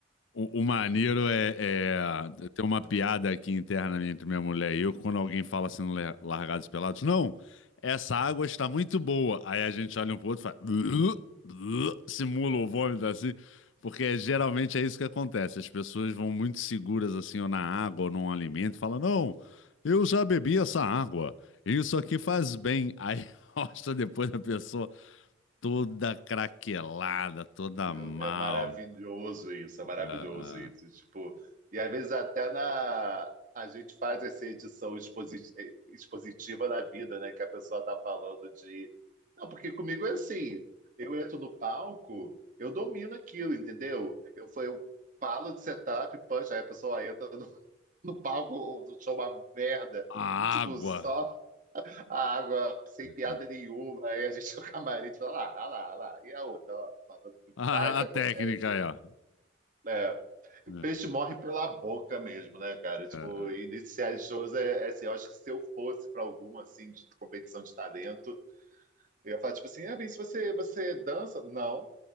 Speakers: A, on the left; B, on the right.
A: O, o maneiro é, é- Tem uma piada aqui interna entre minha mulher e eu, quando alguém fala assim, no Le- largados e pelados, não, essa água está muito boa. Aí a gente olha um pro outro e fala, "Blu, blu", simula o vômito assim, porque é- geralmente é isso que acontece. As pessoas vão muito seguras assim, ou na água, ou num alimento, e falam, não, eu já bebi essa água, isso aqui faz bem. Aí <laughs> mostra depois a pessoa toda craquelada, toda
B: Meu,
A: mal.
B: É maravilhoso isso, é maravilhoso
A: Ah, ah.
B: isso. E, Tipo, e às vezes até na a gente faz essa edição exposi- eh, expositiva da vida, né? Que a pessoa tá falando de. Não, porque comigo é assim, eu entro no palco, eu domino aquilo, entendeu? Eu, fa- eu falo de setup, punch, aí a pessoa entra no, no palco, o show é uma merda.
A: A
B: Tipo,
A: água.
B: só a água sem
A: <laughs>
B: piada nenhuma, aí a gente <laughs> no camarim fala, lá, ah lá, ah lá. E a outra, ó, falando que
A: A,
B: faz, acontece.
A: a técnica aí, ó.
B: É,
A: É,
B: peixe
A: é,
B: morre pela boca mesmo, né, cara?
A: é.
B: Tipo,
A: é.
B: iniciar shows é, é assim, eu acho que se eu fosse pra algum, assim, de competição de talento, eu ia falar, tipo assim, ah, Vinícius, você, você dança? Não,